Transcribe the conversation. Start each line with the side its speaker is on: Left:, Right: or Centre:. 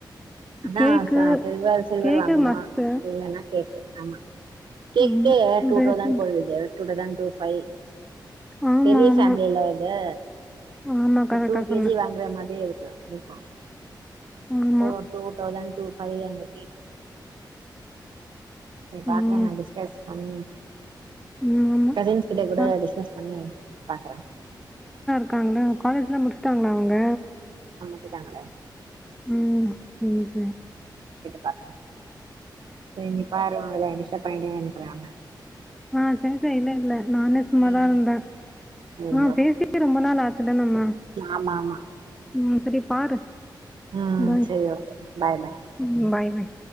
Right: அதான்
Centre: கேக்கு
Right: சில்வர் சில்வர்
Centre: கேக்கு
Right: வாங்கணும்
Centre: மஸ்ட்டு
Right: அப்டில்லன்னா கேக்கு ஆமா கேக்கே
Centre: ஆமா
Right: வேற டூதோஸண்ட்
Centre: பிரேஸ்லெட்
Right: போடுதசு டூ தௌசண்ட் டூஃபைவ்
Centre: ஆமா
Right: பெரிய
Centre: ஆமா
Right: ஃபேமிலியில இது
Centre: ஆமா
Right: ஒரு
Centre: கரெக்டா
Right: டூ
Centre: சொன்ன
Right: கேஜி வாங்குற மாரி இருக்கு இருக்க இருக்கும்
Centre: ஆமா
Right: டூ டூ தௌசண்ட் டூபைவ் அந்த கேக் சரி பாக்குறேன்
Centre: ம்
Right: நான் டிஸ்கஸ் அம்
Centre: ம் ஆமா
Right: கசின்ஸ் கிட்ட கூட
Centre: பா
Right: டிஸ்கஸ் பண்ணி பாக்குறேன்
Centre: இருக்காங்களா காலேஜ்லாம் முடிச்சுட்டாங்களா அவங்க
Right: முடிச்சுட்டாங்களே
Centre: ம் செரி செரி
Right: பாக்கறேன் செரி நீ பாரு உன்வேலய டிஸ்ட பயட்டே நிக்கிறாங்க
Centre: ஆ சாச்சா இல்ல இல்ல நானே சும்மாதான்
Right: ம்
Centre: இருந்தேன்
Right: சரி
Centre: ஆ
Right: ஓகே
Centre: பேசியே ரொம்ப நாள ஆச்சல நம்ம
Right: ஆமா ஆமா
Centre: ம் சரி பாரு
Right: ம்
Centre: பாய்.
Right: செரி ஓகே பாய் பாய்
Centre: ம். பாய், பாய்.